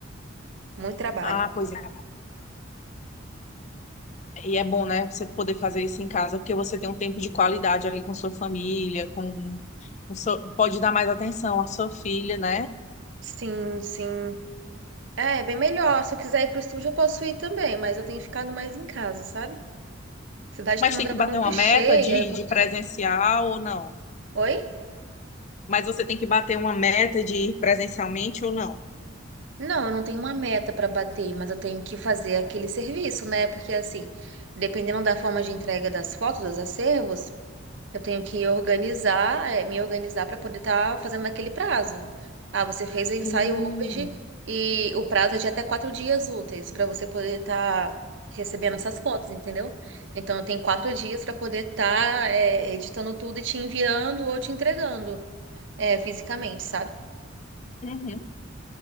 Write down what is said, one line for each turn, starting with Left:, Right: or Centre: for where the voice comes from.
Right: Muito trabalho.
Left: Ah, pois é. E é bom, né, você poder fazer isso em casa, porque você tem um tempo de qualidade ali com sua família, com, com seu- pode dar mais atenção à sua filha, né?
Right: Sim, sim. É, é bem melhor. Se eu quiser ir pro estúdio, eu posso ir também, mas eu tenho ficado mais em casa, sabe? A cidade
Left: Mas
Right: tá andando
Left: tem que bater
Right: muito
Left: uma
Right: cheia.
Left: meta de,
Right: é mu-
Left: de presencial ou não?
Right: Oi?
Left: Mas você tem que bater uma meta de ir presencialmente ou não?
Right: Não, eu não tenho uma meta pra bater, mas eu tenho que fazer aquele serviço, né? Porque assim, dependendo da forma de entrega das fotos, dos acervos. Eu tenho que organizar, eh, me organizar para poder estar fazendo naquele prazo. Ah, você fez o ensaio
Left: Hum,
Right: hoje e o prazo é de até quatro dias úteis para você poder estar recebendo essas fotos, entendeu? Então, eu tenho quatro dias para poder estar editando tudo e te enviando ou te entregando eh, fisicamente, sabe?
Left: uhum,